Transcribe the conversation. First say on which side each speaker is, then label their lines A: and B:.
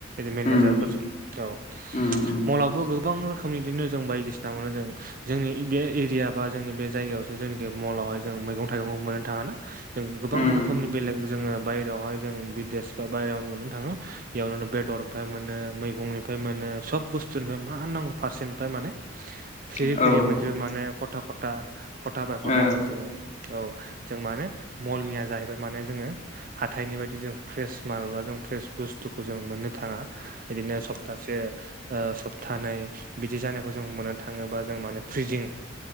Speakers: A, on the right; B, on the left.
A: मेनेजारफोरजों
B: उम
A: औ
B: उम उम
A: मलाबो गो बां रोखोमनि बिदिनो जों बायदिसिना मोनो जों जोंनि बे एरिया बा जोंनि बे जायगायाव जेनेखि मलावहाय जों मैगं थाइगंखौ मोननो थाङा ना जों गोबां
B: उम
A: रोखोमनि बेलेग जोङो बायेरायावहाय जों बिदेश बा बायेरायाव मोननो थाङो बेयावननो बेदरनिफ्राय मोनो मैगंनिफ्राय मोनो सब बुस्थुनिफ्राय मा नांगौ फारसेनिफ्राय माने
B: <inaudible>
A: फिरि फिरि
B: ओ
A: मोनजोबो माने खथा खथा खथा बाय खथा
B: औ
A: मोनजोबो। औ जों माने मलनिया जाहैबाय माने जोंङो हाथाइनि बायदि जों फ्रेस माल बा जों फ्रेस बुस्थुखौ जों मोननो थाङा इदिनो सपतासे ओ सप्तानै बिदि जानायखौ जों मोननो थाङोबा जों माने फ्रिजिं